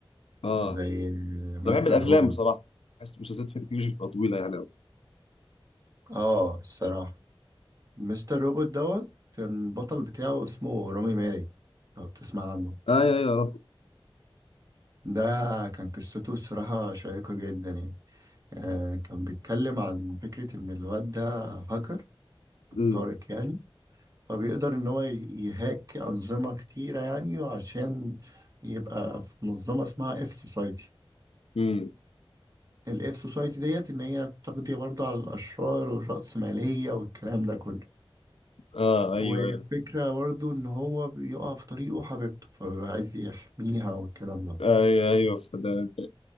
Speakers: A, on the left; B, on the right.
A: اه
B: زي مستر
A: انا بحب الافلام
B: روبوت
A: بصراحه بحس المسلسلات في مش بتبقى طويله يعني أوي.
B: اه الصراحة مستر روبوت دوت كان البطل بتاعه اسمه رامي مالك لو بتسمع عنه
A: اه ايوه ايوه عرفت
B: ده كان قصته الصراحة شيقة جدا يعني آه، كان بيتكلم عن فكرة إن الواد ده هاكر
A: امم
B: خارق يعني فبيقدر إن هو ي- يهاك أنظمة كتيرة يعني عشان يبقى في منظمة اسمها اف سوسايتي
A: امم
B: الاف سوسايتي ديت إن هي تقضي برضه على الأشرار والرأسمالية والكلام ده كله
A: اه ايوه
B: وفكرة
A: ايوه
B: برضه إن هو بيقع في طريقه حبيبته فبيبقى عايز يحميها والكلام ده
A: ايوه ايوه فده